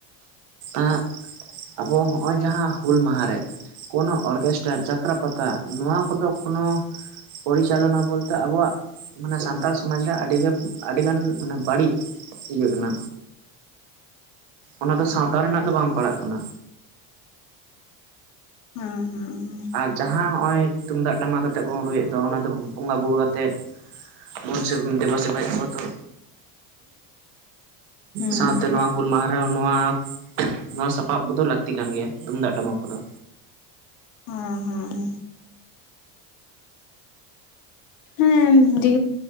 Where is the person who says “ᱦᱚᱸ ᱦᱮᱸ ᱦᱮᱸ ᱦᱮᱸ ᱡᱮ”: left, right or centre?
Left